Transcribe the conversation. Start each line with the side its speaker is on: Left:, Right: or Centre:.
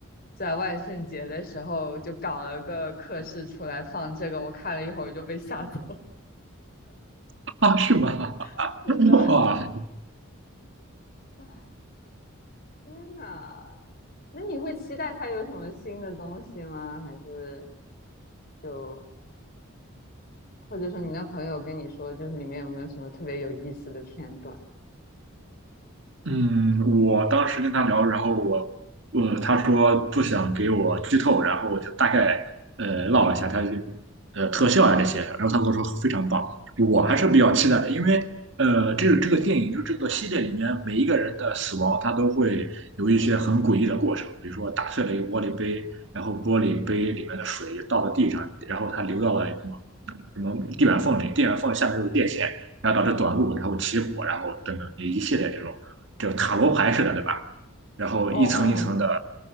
Left: 在万圣节的时候就搞了个课室出来放这个，我看了一会儿就被吓走。
Right: <laughs> 啊，是吗？
Left: <laughs> 是的。
Right: <laughs> 哇，
Left: <laughs> 天呐，那你会期待他有什么新的东西吗？还是就或者说你那朋友跟你说，就是里面有没有什么特别有意思的片段？
Right: 嗯，我当时跟他聊，然后我，呃，他说不想给我剧透，然后我就大概呃唠了一下他这个呃特效啊这些，然后他跟我说非常棒，我还是比较期待的，
Left: 哦
Right: 因为呃这个这个电影就这个系列里面每一个人的死亡，他都会有一些很诡异的过程，比如说打碎了一个玻璃杯，然后玻璃杯里面的水倒到地上，然后它流到了什么什么地板缝里，地板缝下面有电线，然后导致短路，然后起火，然后等等一系列这种。就塔罗牌似的，对吧？然后一层一层的，
Left: 哦，